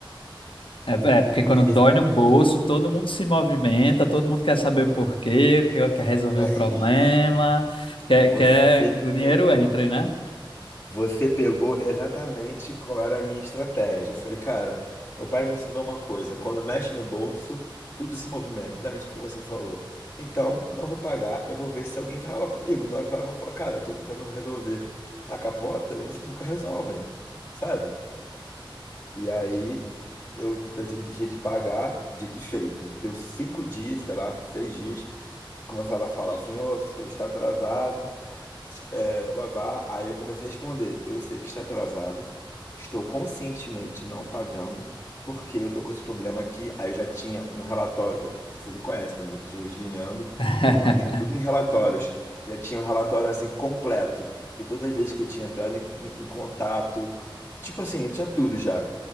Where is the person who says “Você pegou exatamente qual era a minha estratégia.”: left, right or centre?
Left